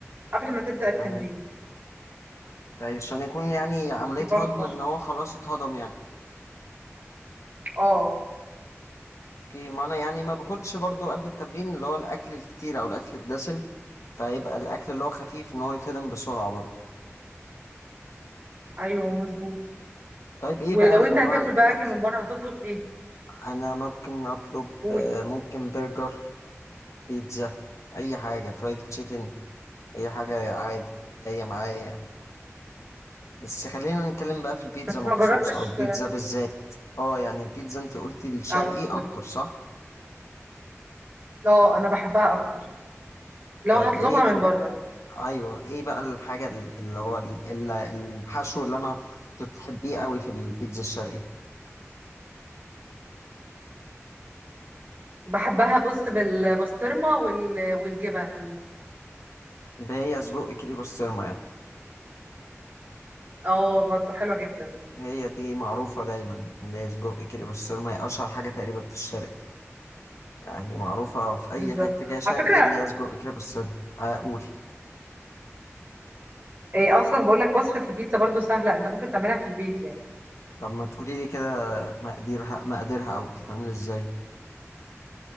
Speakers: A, on the right; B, on the left.
A: قبل ما تبدا التمرين
B: تمام طيب عشان يكون يعني عملية
A: دي برضه
B: هضم إن هو خلاص اتهضم يعني
A: اه
B: أوكي ما أنا يعني ما باكلش برضو قبل التمرين اللي هو الأكل الكتير أو الأكل الدسم فيبقى الأكل اللي هو خفيف إن هو يتهضم بسرعة برضو
A: ايوه مظبوط
B: طيب ايه
A: ولو
B: بقى الانواع
A: انت هتاكل
B: الاكل
A: بقى اكل من بره هتطلب ايه
B: انا ممكن اطلب
A: قول
B: آه، ممكن برجر بيتزا اي حاجه فرايد تشيكن اي حاجه عادي جايه معايا بس خلينا نتكلم بقى في البيتزا
A: بس
B: مخصوص
A: ما جربتش
B: او البيتزا بالذات اه يعني البيتزا انت قلتي الشرقي
A: اه قول
B: اكتر صح
A: لا انا بحبها اكتر لو
B: طيب
A: هطلبها
B: ايه ال...
A: من بره
B: ايوه ايه بقى الحاجه ال- اللي هو ال- ال- الحشو اللي انا كنت بتحبيه قوي في البيتزا الشرقي
A: بحبها بص بالبسطرمة وال... والجبن
B: ده هي سجق كيري بسطرمه يعني
A: اه برضه حلوة جدا دي
B: هي دي معروفه دايما ان هي سجق كيري بسطرمه هي اشهر حاجه تقريبا في الشرق يعني معروفة في أي
A: بالظبط
B: حتة كده شرقي
A: على فكرة
B: اللي هي سجق كده بالسن أقول
A: إيه اصلا بقول لك وصفة البيتزا برضه سهلة انت ممكن تعملها في البيت يعني
B: طب ما تقولي لي كده مقاديرها مقاديرها أو بتتعمل إزاي